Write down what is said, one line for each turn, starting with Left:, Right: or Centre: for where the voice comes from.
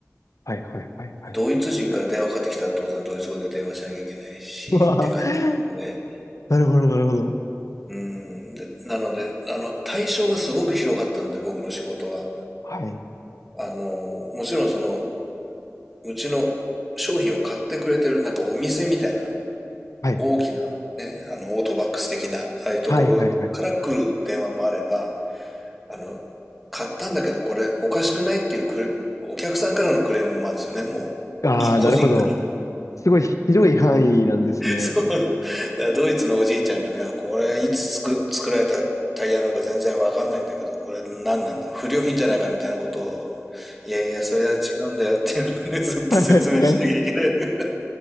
Left: はいはいはいはい。
Centre: ドイツ人から電話かかってきたら当然ドイツ語で電話しなきゃいけないし、
Left: <laughs> うわー
Centre: って感じなんで、
Left: なるほど、なるほど。
Centre: うん、で、なので、あの、対象がすごく広かったんで、僕の仕事は。
Left: はい。
Centre: あの、もちろんその、うちの商品を買ってくれてるなんかお店みたいな、
Left: はい。
Centre: 大きなね、あの、オートバックス的な、ああいうところから来る電話もあれば、
Left: はい、はい、はい。
Centre: あの、買ったんだけどこれおかしくないっていうクレお客さんからのクレームもあるんですよね、もう。
Left: ああ、
Centre: い個人から。
Left: なるほど。すごい広い範囲なんですね。
Centre: <laughs> そう。だからドイツのおじいちゃんがね、これいつ作、作られたタイヤなのか全然わかんないんだけど、これ何なんだ不良品じゃないかみたいなことを、いやいや、それは違うんだよっていうのをね、<laughs> ずっと説明しなきゃいけない。
Left: はい、はい、